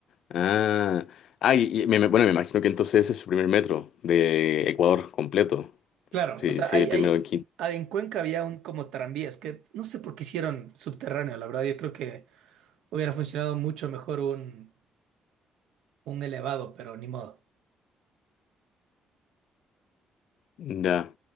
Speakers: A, on the left; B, on the right.
A: Ah, ah y, y me, me- bueno, me imagino que entonces ese es su primer metro de Ecuador completo.
B: Claro,
A: Sí,
B: o sea,
A: sí,
B: hay,
A: el primero
B: hay,
A: en Quito.
B: ah, en Cuenca había un como tranvías que no sé por qué hicieron subterráneo, la verdad, yo creo que hubiera funcionado mucho mejor un, un elevado, pero ni modo.
A: Ya.